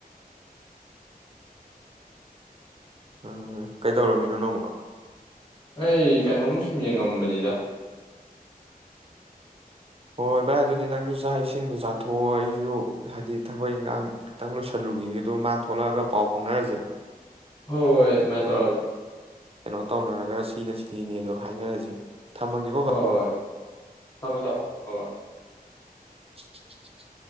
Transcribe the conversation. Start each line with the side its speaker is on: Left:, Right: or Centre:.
Right: ꯎꯝ ꯀꯩꯗꯧꯔꯝꯃꯤꯅꯣ ꯅꯪꯕ
Left: ꯑꯩ ꯀꯩꯅꯣꯝ ꯁꯨꯝ ꯌꯦꯡꯉꯝꯕꯅꯤꯗ
Right: ꯍꯣꯏ ꯚꯥꯏ ꯑꯗꯨꯗꯤ ꯅꯪꯁꯨ ꯆꯥꯛ ꯏꯁꯤꯡꯗꯣ ꯆꯥꯊꯣꯛꯑꯣ ꯑꯩꯁꯨ ꯍꯥꯏꯗꯤ ꯊꯕꯛ ꯏꯟꯈꯥꯡ ꯈꯤꯇꯪ ꯂꯣꯏꯁꯜꯂꯨꯈꯤꯒꯦꯗ ꯃꯥ ꯊꯣꯛꯂꯛꯑꯒ ꯄꯥꯎ ꯐꯥꯎꯅꯔꯁꯦ
Left: ꯍ ꯑꯩ
Right: ꯑꯗꯨꯒ
Left: ꯃꯥꯥꯏ ꯇꯔꯖꯦ
Right: ꯀꯩꯅꯣ ꯇꯧꯅꯔꯒ ꯁꯤꯅ ꯁꯤꯅꯤꯅꯦ ꯑꯗꯣ ꯍꯥꯏꯅꯔꯁꯦ ꯊꯝꯃꯥꯒꯦꯀꯣ
Left: ꯍꯣꯏ ꯊꯝꯃꯣ ꯊꯝꯃꯣ ꯑꯣ
Right: <unintelligible>